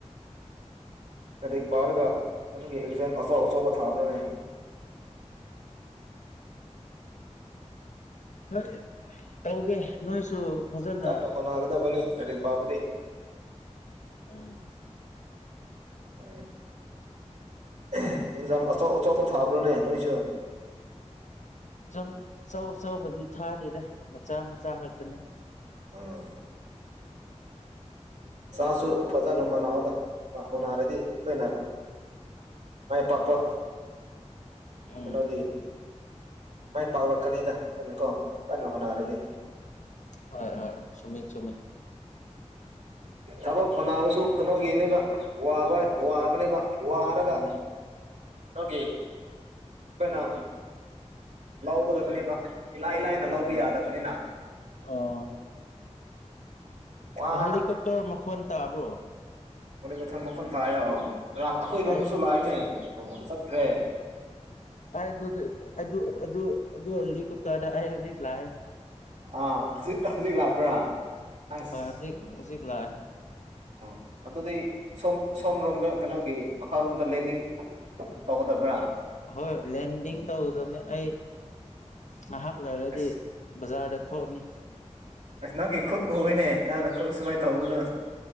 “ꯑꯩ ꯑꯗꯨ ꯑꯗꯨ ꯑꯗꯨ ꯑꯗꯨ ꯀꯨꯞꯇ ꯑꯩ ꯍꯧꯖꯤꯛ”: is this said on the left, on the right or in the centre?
Left